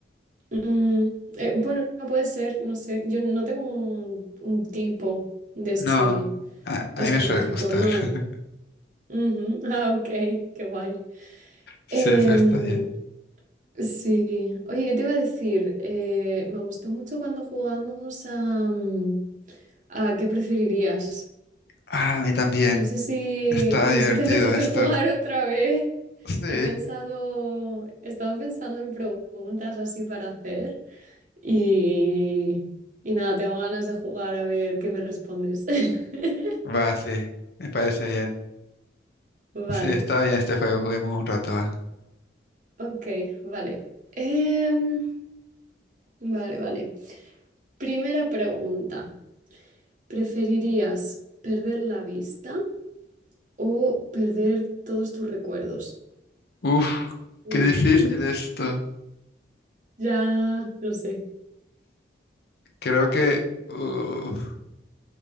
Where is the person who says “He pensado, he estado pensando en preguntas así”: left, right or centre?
Right